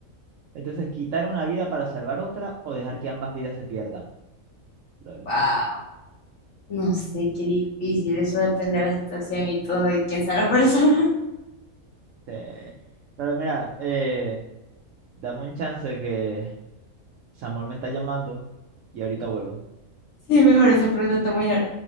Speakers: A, on the right; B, on the left.
A: Entonces, quitar una vida para salvar otra o dejar que ambas vidas se pierdan. Lol.
B: Wow, no sé, qué difícil, eso depende de la situación y todo, y quién sea la persona. <laughs>
A: Eh, pero mira, eh, dame un chance que Samuel me está llamando y ahorita vuelvo.
B: Sí, mejor esa pregunta está muy hard.